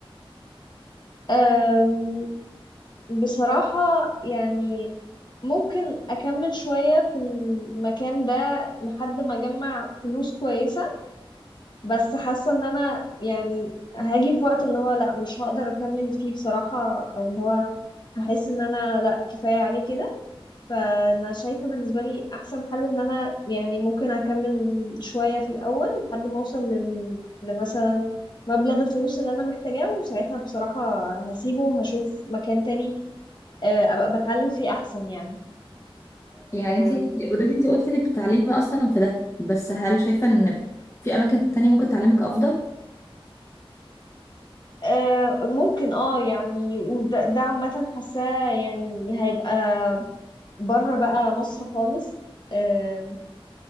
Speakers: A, on the left; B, on the left.
A: يعني بصراحة يعني ممكن أكمل شوية في المكان ده لحد ما أجمع فلوس كويسة بس حاسة إن أنا يعني هاجي في وقت اللي هو لأ مش هقدر أكمل فيه بصراحة أو اللي هو هحس إن أنا لأ كفاية عليه كده فأنا شايفة بالنسبة لي أحسن حل إن أنا يعني ممكن أكمل شوية في الأول لحد ما أوصل لل... لمثلا مبلغ الفلوس اللي أنا محتاجاه وساعتها بصراحة هسيبه وهشوف مكان تاني آه، ابقى بتعلم فيه احسن يعني
B: يعني انت
A: آم،
B: اوريدي انت already انت قلتي انك بتتعلمي اصلا في ده بس هل شايفة ان في اماكن تانية ممكن تعلمك افضل
A: آه، ممكن اه يعني وده ده عامة حاساه يعني هيبقى بره بقى مصر خالص آم،